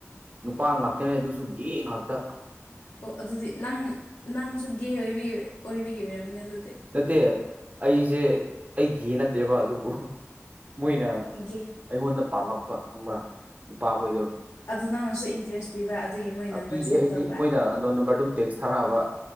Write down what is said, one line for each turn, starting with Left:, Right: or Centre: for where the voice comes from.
Right: ꯅꯨꯄꯥ ꯉꯥꯛꯇꯅꯦ ꯑꯗꯨꯁꯨ ꯒꯦ ꯉꯥꯛꯇ
Left: ꯑꯣ ꯑꯗꯨꯗꯤ ꯅꯪ ꯅꯪꯁꯨ ꯒꯦ ꯑꯣꯏ ꯑꯣꯏꯕꯒꯤ ꯑꯣꯏꯔꯝꯅꯦ ꯑꯗꯨꯗꯤ
Right: ꯅꯠꯇꯦ ꯑꯩꯁꯦ ꯑꯩ ꯒꯦ ꯅꯠꯇꯦꯕ ꯑꯗꯨꯕꯨ ꯃꯣꯏꯅ
Left: ꯒꯦ
Right: ꯑꯩꯉꯣꯟꯗ ꯄꯥꯝꯂ ꯍꯥꯄ ꯈꯪꯕ꯭ꯔ ꯅꯨꯄꯥ ꯑꯩꯈꯣꯏꯗꯣ
Left: ꯑꯗꯨ ꯅꯪꯅꯁꯨ ꯏꯟꯇꯔꯦꯁ ꯄꯤꯕ ꯑꯗꯨꯒꯤ ꯃꯣꯏ ꯅꯝꯕꯔ
Right: ꯄꯤꯗꯦ
Left: ꯁꯦꯞ
Right: ꯑꯩꯗꯤ
Left: ꯇꯧꯕ
Right: ꯃꯣꯏꯅ ꯅꯣꯟ ꯅꯝꯕꯔ ꯑꯗꯨꯝ ꯇꯦꯛꯁ ꯊꯥꯔꯛꯑꯕ